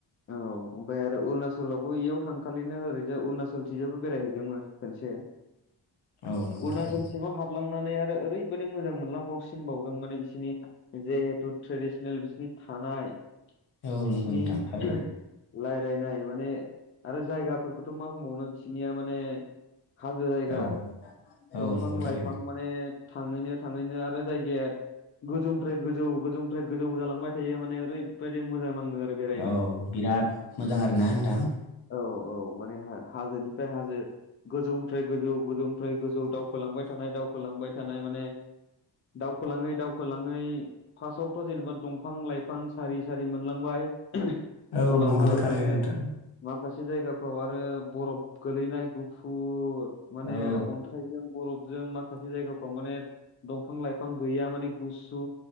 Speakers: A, on the left; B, on the left.
A: ओव ओमफ्राय आरो अरुणाचलावबो बेयाव थांखालिनो ओरैनो जों अरुणाचलथिंबो बेरायहैदोंमोन खसे अरुणाचलसिङाव
B: औ नंगौ थारैनो
A: हाब हाबलांनानै आरो ओरैबायदि मोजां मोनलांबावसिनबावदों माने बिसोर बिसनि जिहेथु ट्रेडिसनेल बिसिनि थानाय
B: औ
A: बिसिनि
B: नंगौ नोंथां थारैनो
A: राय्लायनाय माने आरो जायगाफोरखौथ' मा बुंबावनो बिसोरनिया माने हाजो जायगा
B: औ औ
A: दंफां
B: नंगौ थारैनो
A: लाइफां माने थाङैनो थाङैनो आरो जायगाया गोजौनिफ्राय गोजौ गोजौनिफ्राय गोजौ जालांबाय थायो माने ओरैबायदि मोजां नांदों आरो बेरायनो
B: औ बिराद मोजां आरोना नोंथां
A: औ औ माने हाजोनिफ्राय हाजो गोजौनिफ्राय गोजौ गोजौनिफ्राय गोजौ दावखोलांबाय थानाय दावखोलांबाय थानाय माने दावखोलाङै दावखोलाङै फार्स्टआवथ' जेनेबा दंफां लाइफां सारि सारि मोनलांबाय
B: औ
A: उनावहाय
B: नंगौ थारैनो
A: माने
B: नोंथां
A: माखासे जायगाफ्राव आरो बरफ गोलैनाय गुफुर माने
B: औ
A: अथ अन्थायजों बरफजों माखासे जायगाफ्राव माने दंफां लाइफां गैया माने गुसु